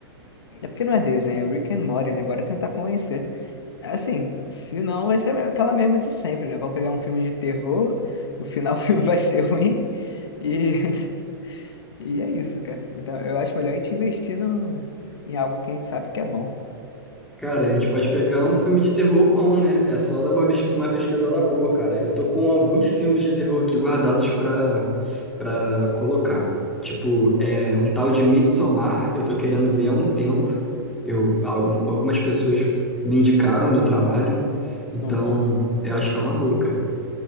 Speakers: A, on the left; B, in the centre.
A: É porque não é desenho, é Rick and Morty, né? Bora tentar convencer. Assim, se não, vai ser a me- aquela mesma de sempre, né? Vão pegar um filme de terror, o final <laughs> do filme vai ser ruim, e, <laughs> e é isso, cara. Então, eu acho melhor a gente investir no, em algo que a gente sabe que é bom.
B: Cara, a gente pode pegar um filme de terror bom, né? É só dar uma, pes- uma pesquisada boa, cara. Eu tô com alguns filmes de terror aqui guardados pra, pra colocar. Tipo, é, um tal de Midsommar, eu tô querendo ver há um tempo. Eu, al- algumas pessoas me indicaram no trabalho, então
A: Uhum.
B: eu acho que é uma boa, cara.